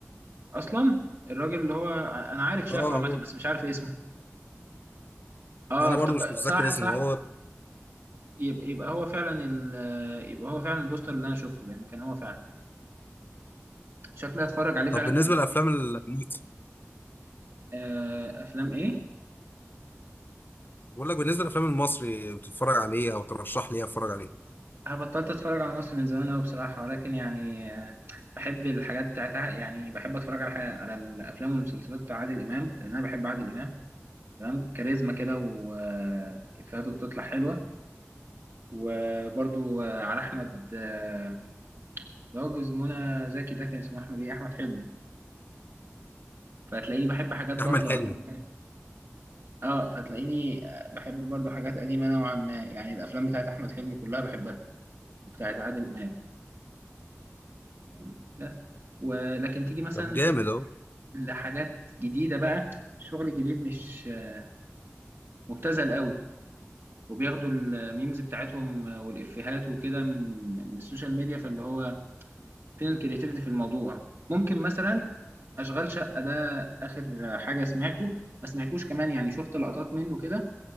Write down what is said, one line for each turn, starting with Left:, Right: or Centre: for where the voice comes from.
Right: اصلا الراجل اللي هو انا عارف شكله
Left: اه
Right: عامه
Left: هو
Right: بس مش عارف اسمه اه
Left: انا
Right: افتك...
Left: برضو مش متذكر
Right: صح
Left: اسمه
Right: صح
Left: هو
Right: يبقى يبقى هو فعلا ال... يبقى هو فعلا البوستر اللي انا شفته لان كان هو فعلا شكلي هتفرج عليه
Left: طب
Right: فعلا
Left: بالنسبه
Right: ك...
Left: للافلام المصري
Right: آه... افلام ايه
Left: بقول لك بالنسبه للافلام المصري بتتفرج على ايه او ترشح لي ايه اتفرج عليه
Right: أنا بطلت اتفرج على مصر من زمان قوي بصراحه ولكن يعني آه، بحب الحاجات بتاعتها يعني بحب اتفرج على حاجة على الافلام والمسلسلات بتاع عادل امام لان انا بحب عادل امام تمام كاريزما كده وافيهاته بتطلع حلوه وبرضو آه، على احمد آه، اللي هو جوز منى زكي ده كان اسمه احمد ايه احمد حلمي فهتلاقيني بحب حاجات برضو
Left: احمد حلمي
Right: قديمة. اه فتلاقيني آه، بحب برضو حاجات قديمه نوعا ما يعني الافلام بتاعت احمد حلمي كلها بحبها وبتاعت عادل امام يعني بس ولكن تيجي مثلا
Left: طب جامد اهو
Right: لحاجات جديده بقى الشغل الجديد مش آه، مبتذل قوي وبياخدوا الميمز بتاعتهم آه، والافيهات وكده من من السوشيال ميديا فاللي هو فين الكرياتيفيتي في الموضوع ممكن مثلا اشغال شقه ده اخر حاجه سمعته ما سمعتوش كمان يعني شفت لقطات منه كده